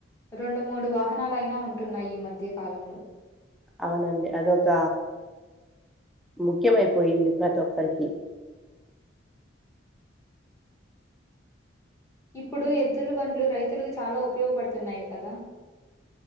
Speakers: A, on the left (about 15°); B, in the centre.
A: రెండు మూడు వాహనాలుయినా ఉంటున్నాయి ఈ మధ్య కాలంలో
B: అవునండి అది యొక్క ముఖ్యంమయిపోయింది ప్రతి ఒక్కరికి
A: ఇప్పుడు ఎద్దుల బండ్లు రైతులకు చాలా ఉపయోగపడుతున్నాయి కదా